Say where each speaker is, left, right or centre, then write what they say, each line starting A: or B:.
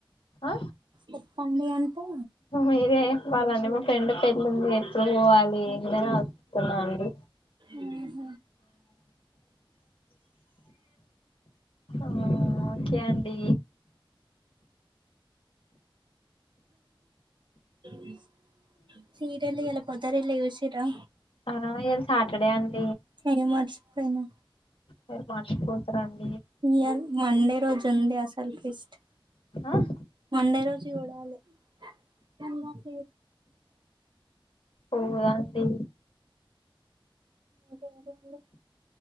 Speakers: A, on the left (about 80°); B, on the right (about 55°).
A: ఆ
B: చెప్పండి అంటే
A: మీరే చెప్పాలండి మా ఫ్రెండ్ పెళ్ళి ఉంది ఎప్పుడు పోవాలి అని అడుగు తునాన్నాండి
B: ఉహుమ్
A: అవునా ఓకే అండి
B: ఇ చీరలు ఎలా పొదర ఎలీ చూసిరా
A: ఆ ఇయాలా సాటర్డే అండి
B: నేను మర్చిపోయినా
A: మీరు మర్చిపోతారండి
B: ఇయర్ మండే రోజు ఉంది అసలు ట్వీస్ట్
A: ఆ
B: మండే రోజు చూడాలి ఎాపోతే
A: పోదండి
B: ఓకే ఓకే అండి